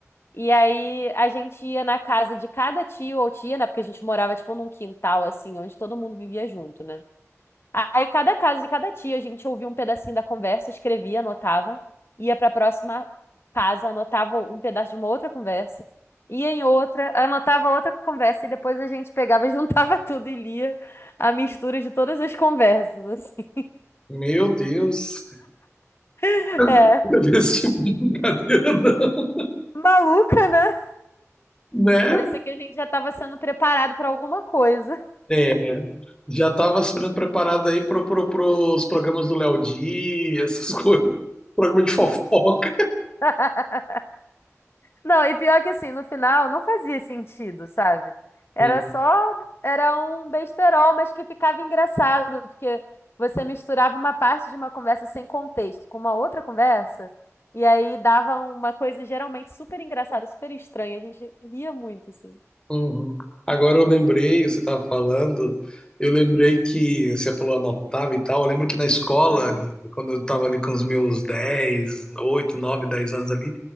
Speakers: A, on the left (about 50°); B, on the left (about 15°).
A: E aí a gente ia na casa de cada tio ou tia, né? Porque a gente morava tipo num quintal assim, onde todo mundo vivia junto, né? Aí cada casa de cada tia a gente ouvia um pedacinho da conversa, escrevia, anotava, ia pra próxima casa, anotava um pedaço de uma outra conversa, ia em outra, anotava outra conversa e depois a gente pegava, e juntava <laughs> tudo e lia a mistura de todas as conversas, assim.
B: Meu Deus,
A: <laughs> É.
B: <laughs> não vi esse tipo de brincadeira, não.
A: Maluca, né?
B: Né?
A: Parecia que a gente já estava sendo preparado pra alguma coisa.
B: É, já estava sendo preparado aí para pro, pro, os programas do Léo Dias, essas coisas. <laughs> Programa de fofoca.
A: <laughs> Não, e pior que assim, no final não fazia sentido, sabe? Era
B: Hum.
A: só, era um besterol, mas que ficava engraçado, porque você misturava uma parte de uma conversa sem contexto com uma outra conversa, e aí dava uma coisa geralmente super engraçada, super estranha. A gente ria muito, assim.
B: Uhum. Agora eu lembrei, você estava falando, eu lembrei que você falou anotava e tal. Eu lembro que na escola,
A: Aham,
B: quando eu estava ali com os meus 10 8 9 10 anos ali,